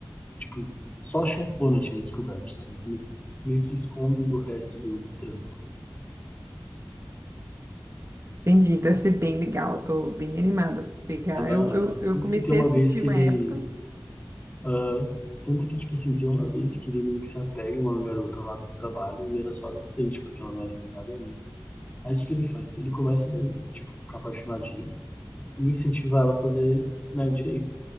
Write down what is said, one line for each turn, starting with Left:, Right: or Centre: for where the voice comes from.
Left: Tipo, só a chefona tinha descoberto, sabe? Então eles meio que escondem do resto do, do trampo.
Right: <laughs> Entendi, então deve ser bem legal, tô bem animada pra pegar.
Left: É da
Right: Eu,
Left: hora.
Right: eu, eu
Left: Tanto
Right: comecei
Left: que tem uma
Right: a assistir
Left: vez que
Right: uma
Left: ele.
Right: época,
Left: ah, tanto que, tipo assim, tem uma vez que ele meio que se apega a uma garota lá do trabalho e era só assistente, porque ela não é advogada ainda. Aí o que que ele faz? Ele começa, né, tipo, ficar apaixonadinho e incentiva ela a fazer, né, direito.